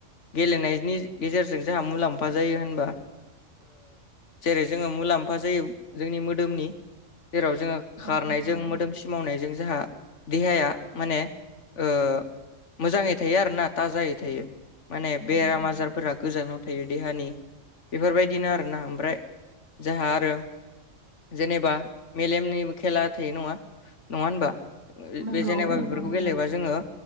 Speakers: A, on the left; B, on the right.
A: गेलेनायनि गेजेरजों जोंहा मुलाम्फा जायो होनबा जेरै जोङो मुलाम्फा जायो जोंनि मोदोमनि जेराव जोङो
B: नंगौ
A: खारनायजों
B: नंगौ
A: मोदोमसि मावनायजों जाहा देहाया माने ओ मोजाङै थायो आरो ना थाजायै थायो माने
B: नंगौ
A: बेराम आजारफोरा गोजानाव थायो देहानि बेफोरबायदिनो आरोना ओमफ्राय जोंहा आरो जेनेबा मेलेमनि खेला थयो नङा नङा होनबा
B: नंगौ
A: बे जेनेबा
B: नंगौ
A: बेफोरखौ
B: नोंथां
A: गेलेबा जोङो